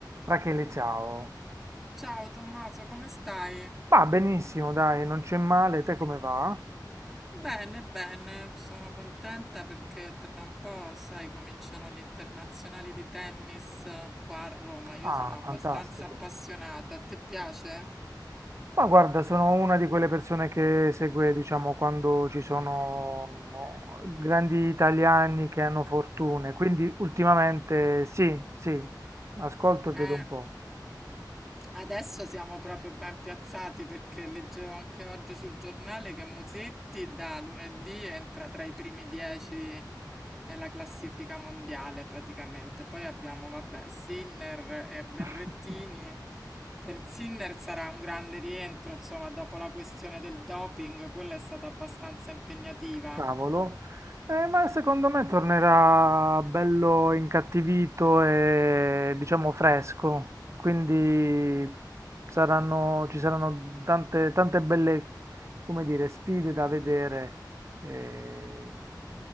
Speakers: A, on the right; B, in the centre.
A: Rachele, ciao.
B: Ciao Tommaso, come stai?
A: Ma benissimo, dai, non c'è male. Te come va?
B: Bene, bene, sono contenta perché tra un po', sai, cominciano gli internazionali di tennis eh, qua a Roma. Io
A: Ah,
B: sono abbastanza
A: fantastico.
B: appassionata. A te piace?
A: Ma guarda, sono una di quelle persone che segue, diciamo, quando ci sono grandi italiani che hanno fortune. Quindi ultimamente sì, sì, ascolto e vedo
B: Eh.
A: un po'.
B: Adesso siamo proprio ben piazzati perché leggevo anche oggi sul giornale che Musetti da lunedì entra tra i primi 10 nella classifica mondiale praticamente. Poi abbiamo, vabbè, Sinner e Berrettini.
A: <laughs>
B: Per Sinner sarà un grande rientro, insomma, dopo la questione del doping, quella è stata abbastanza impegnativa.
A: Cavolo. Eh, ma secondo me tornerà bello incattivito e diciamo fresco, quindi saranno- ci saranno tante, tante belle, come dire, sfide da vedere. eh,